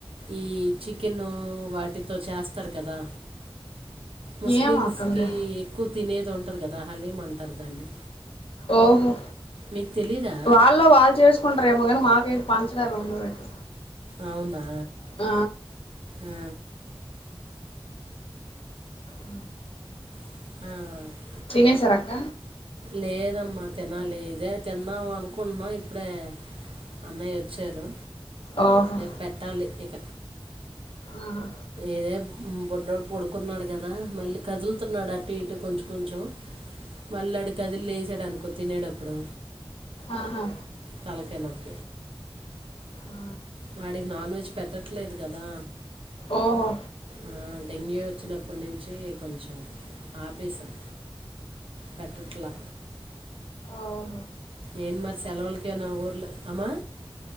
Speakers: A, on the right; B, on the left.
A: ఈ చికెను వాటితో చేస్తారు కదా ముస్లిమ్స్కి
B: ఏమో అక్క మరి
A: ఎక్కువ తినేది ఉంటంది కదా హలీం అంటారు దాన్ని
B: ఓహో
A: మీకు తెలీదా
B: వాళ్ళ వాళ్ళు చేసుకుంటారు ఏమో కాని వా పంచేధి ఉండదండి
A: అవునా
B: ఆ
A: ఆ,
B: అ
A: ఉమ్
B: థినేసర్ అక్క
A: లేదమ్మా తినాలిదే తిన్నాము అనుకుంటున్నాం ఇప్పుడే అన్నయ్య వచ్చారు
B: ఓహో
A: పెట్టాలి ఇక
B: ఆహా
A: ఏదే బొడ్డడు పడుకున్నాడు కదా మళ్ళీ కదులుతున్నాడు అటు ఇటు కొంచెం కొంచెం మళ్ళీ అడు కదిలిసాడు అనుకో తినేడప్పుడు
B: ఆహా
A: తలకైనప్పు
B: ఆ
A: వాడికి నాన్ వెజ్ పెట్టట్లేదు కదా
B: ఓహో
A: ఆ, డెంగ్యూ వచ్చినప్పటి నుంచి కొంచెం ఆపేసాం పెట్టట్లా
B: ఓ
A: ఏన్ మారి సెలవులికే నా ఊర్ల అమా